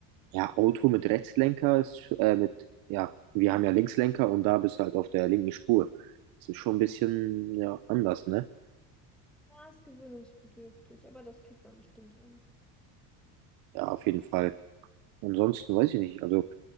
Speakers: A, on the right (about 55°); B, in the centre.
A: ja, Auto mit Rechtslenker ist, sch- äh, mit, ja, wir haben ja Linkslenker und da bist du halt auf der linken Spur. Das ist schon ein bisschen, ja, anders, ne?
B: Ja, ist gewöhnungsbedürftig, aber das kriegt man bestimmt hin.
A: Ja, auf jeden Fall. Ansonsten weiß ich nicht. Also